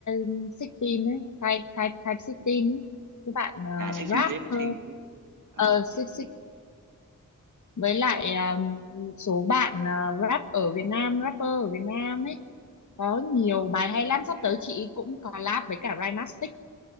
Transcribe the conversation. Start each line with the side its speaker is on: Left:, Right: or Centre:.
Left: 16 ấy Thai Thai Thai 16
Right: Ừ.
Left: ấy cái bạn ờ,
Right: à xích
Left: rapper
Right: xin tiếp xích tiếp Ờ,
Left: uh
Right: biết
Left: 16
Right: biết
Left: với lại à, số bạn à, rap ở Việt Nam rapper ở Việt Nam ấy có nhiều
Right: Ờ,
Left: bài hay lắm sắp
Right: à,
Left: tới chị cũng collab với cả Rhymastic